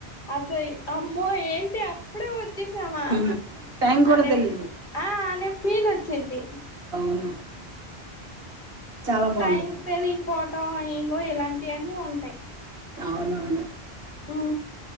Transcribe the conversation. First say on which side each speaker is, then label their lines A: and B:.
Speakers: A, on the left (about 50°); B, on the right (about 65°).
A: అసలు అమ్మో ఏంటి అప్ అప్పుడే వచ్చేసామా
B: ఉహు, టైం కూడా
A: అనే
B: తెలీదు
A: ఆ అనే ఫీలొచ్చింది
B: అవును చాలా బాగుంటది
A: టైం తెలీక్పోవటం ఇంగో ఇలాంటివన్నీ ఉంటాయ్
B: అవునవును
A: ఆ